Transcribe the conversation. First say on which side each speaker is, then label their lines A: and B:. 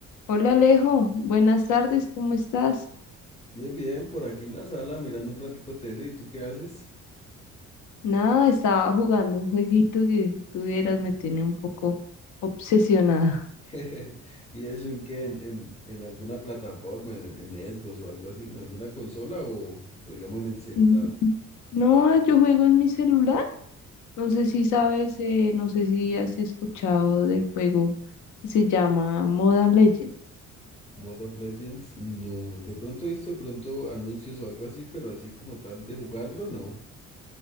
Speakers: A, on the left (about 75°); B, on the left (about 20°).
A: Hola Alejo, buenas tardes, ¿cómo estás?
B: Bien, bien, por aquí en la sala mirando un ratico tele, ¿y tú qué haces?
A: Nada, estaba jugando un jueguito que tuvieras, me tiene un poco obsesionada.
B: <laughs> ¿Y eso en qué? ¿En, en, en alguna plataforma, en, en Xbox o algo así, en alguna consola o, o digamos en el celular?
A: Mm, No, yo juego en mi celular, no sé si sabes, eh, no sé si has escuchado del juego, se llama Moda Legend.
B: ¿Mode of Legends? No, de pronto he visto de pronto anuncios o algo así, pero así como tal de jugarlo, no.